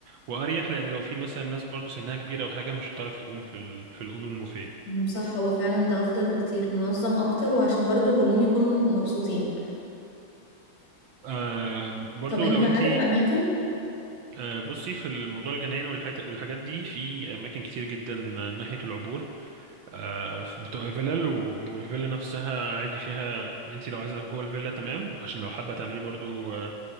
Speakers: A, on the right; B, on the left.
A: واريح لان لو في مثلا ناس برضو سنها كبيره او حاجه مش هتعرف تقوم في ال في الاوبن بوفيه
B: مم، صح هو فعلا ده افضل بكتير منظم اكتر وعشان برضو كلهم يكونوا مبسوطين
A: آه برضو
B: طب انت
A: لو
B: عارف
A: انت
B: اماكن
A: آه بصي في الموضوع الجناين والحت والحاجات دي في اماكن كتير جدا ناحيه العبور آه بتبقى فيلل و- والفيلا نفسها عادي فيها ان انت لو عايزه جوه الفيلا تمام عشان لو حابه تعملي برضو آه